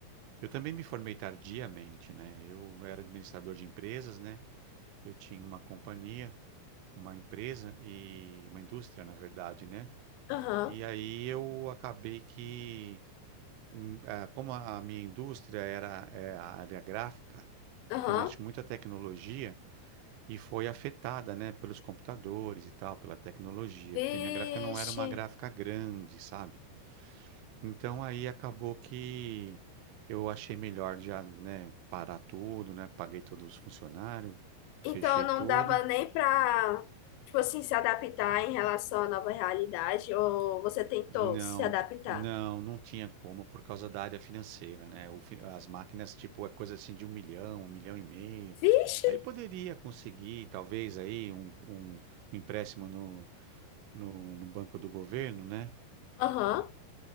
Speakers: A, on the right; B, on the left.
A: eu também me formei tardiamente, né? Eu era administrador de empresas, né? Eu tinha uma companhia, uma empresa e uma indústria, na verdade, né?
B: Aham,
A: E aí eu acabei que, hum, ah, como a a minha indústria era é, a área gráfica,
B: aham.
A: que mexe muito a tecnologia, E foi afetada, né, pelos computadores e tal, pela tecnologia,
B: Vixe.
A: porque minha gráfica não era uma gráfica grande, sabe? Então aí acabou que eu achei melhor já, né, parar tudo, né? Paguei todos os funcionários,
B: Então
A: fechei
B: não
A: tudo.
B: dava nem pra, tipo assim, se adaptar em relação à nova realidade, ou você tentou
A: Não,
B: se adaptar?
A: não, não tinha como por causa da área financeira, né? O fi- as máquinas, tipo, é coisa assim de um milhão, um milhão e meio.
B: Vixe.
A: Aí poderia conseguir, talvez, aí um, um- um empréstimo no, no, no banco do governo, né?
B: Aham.